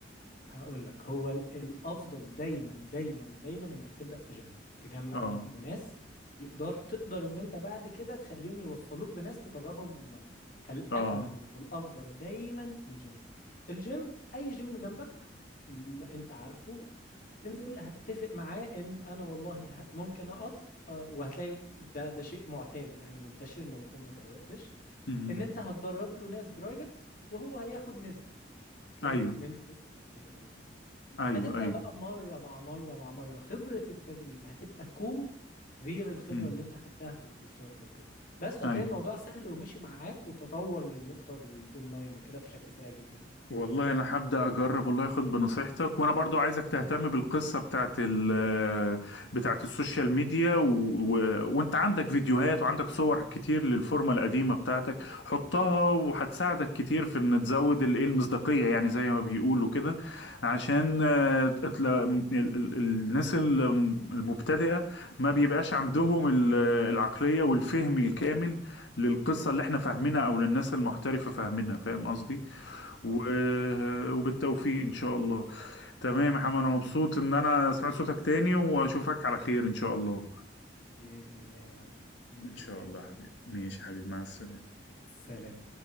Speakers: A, on the left; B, on the left.
A: هقول لك هو ال- الافضل دايما دايما دايما انك تبدا في جيم تجمع
B: اه
A: منه ناس يقدر تقدر ان انت بعد كده تخليهم يوصلوك بناس تدربهم اونلاين فالامن
B: اه
A: والافضل دايما الجيم الجيم اي جيم جنبك م- انت عارفه هتنزل هتتفق معاه ان انا والله ه- ممكن اقف آه، وهتلاقي ده ده شيء معتاد يعني منتشر لو انت ما جربتش
B: امم
A: ان انت هتدرب له ناس برايفت وهو هياخد نسبة من
B: ايوه
A: الت- من فلوس التدريب ده
B: ايوه
A: هتبدأ
B: ايوه
A: بقى مرة مع مرة مع مرة خبرة التدريب هتبقى كوم غير الخبرة
B: امم
A: اللي انت خدتها في الكورسات او كده بس هتلاقي
B: ايوه
A: الموضوع سهل ومشي معاك وتطور للنقطة الاونلاين وكده بشكل سريع جدا يعني
B: والله انا هبدا اجرب والله اخد بنصيحتك وانا برضو عايزك تهتم بالقصه بتاعت ال بتاعت السوشيال ميديا و... و... وانت عندك فيديوهات وعندك صور كتير
A: مم.
B: للفورمه القديمه بتاعتك حطها وهتساعدك كتير في ان تزود الايه المصداقيه يعني زي ما بيقولوا كده عشان آه، اتل... ال... ال... الناس ال- المبتدئه ما بيبقاش عندهم ال- العقليه والفهم الكامل للقصه اللي احنا فاهمينها او للناس المحترفه فاهمينها فاهم قصدي
A: بالظبط
B: و...
A: آه.
B: وبالتوفيق ان شاء الله تمام يا محمد انا مبسوط
A: بإذن الله
B: ان انا سمعت صوتك تاني واشوفك على خير ان شاء الله
A: بإذن الله يا معلم بإذن
B: إن شاء
A: الله
B: الله يا حبيبي ماشي يا حبيبي مع السلامة
A: سلام